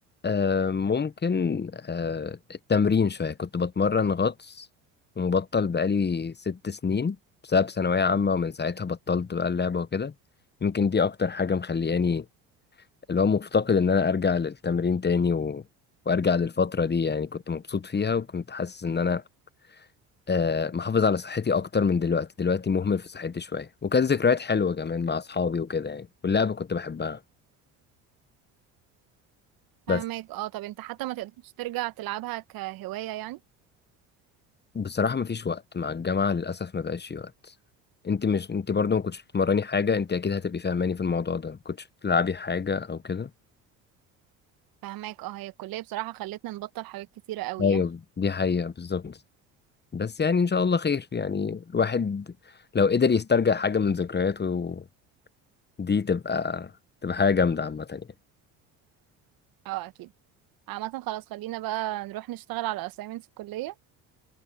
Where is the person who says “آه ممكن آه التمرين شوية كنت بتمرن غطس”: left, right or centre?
Left